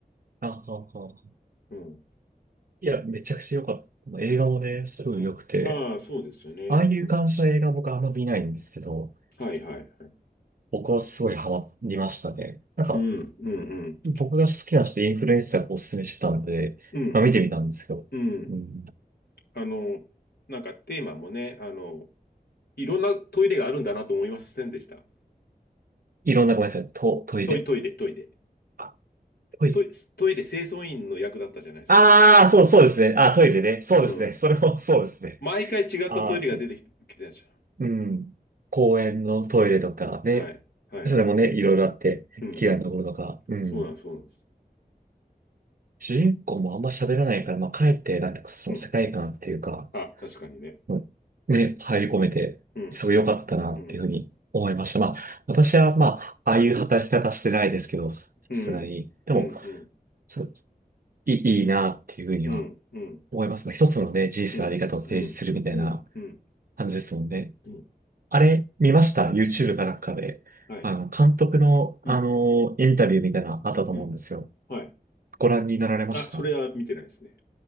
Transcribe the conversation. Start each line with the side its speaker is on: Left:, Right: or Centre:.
Right: あはは。
Left: うん。
Right: いや、めちゃくちゃ良かった。この映画もね、すごい良くて、
Left: うんああ、そうですよね。
Right: ああいう感じの映画僕あんま見ないんですけど、
Left: うん。はいはいはい。
Right: 僕はすごいハマりましたね。なんか、
Left: うん、うん、うん。
Right: 僕が好きな人、インフルエンサーがおすすめしてたんで、
Left: うん、
Right: まあ、見てみたんですけど、
Left: うん。
Right: うん。
Left: あの、なんかテーマもね、あの、いろんなトイレがあるんだなと思いませんでした。
Right: いろんな、ごめんなさい、ト、トイレ
Left: トイ、トイレ、トイレ。
Right: あ、トイレ
Left: トイ、トイレ清掃員の役だったじゃないですか。
Right: ああー、そう、そうですね。あ、トイレね。そうですね。
Left: うん。
Right: それもそうですね。
Left: 毎回違ったトイレが出てききてたじ
Right: ああ、てうん。公園のトイレとかね、
Left: ゃん。はい、はい。
Right: それもね、いろいろあって、
Left: うん。
Right: 嫌いなところとか、うん。
Left: そうなんです、そうなんです。
Right: 主人公もあんま喋らないから、まあ、かえって、なんていうか、その世界観っていうか、
Left: うん。あ、確かにね。
Right: うんね、入り込めて、
Left: うん、
Right: すごい良かったな、
Left: うん、
Right: っていうふうに思いました。まあ、私は、まあ、ああいう働き方してないですけど、さすがに。
Left: うん、
Right: でも、
Left: うん、うん、
Right: そういい、いいな、っていうふうには
Left: うん、うん、
Right: 思います。まあ、一つのね、人生のあり方を提示するみたいな
Left: うん、うん、うん、うん、
Right: 感じですもんね。
Left: うん、
Right: あれ、見ました ?YouTube かなんかで。
Left: はい。
Right: あの、監督の、あの、
Left: うん、
Right: インタビューみたいなのあったと思うんですよ。
Left: うん、はい。
Right: ご覧になられました
Left: あ、それは見てないですね。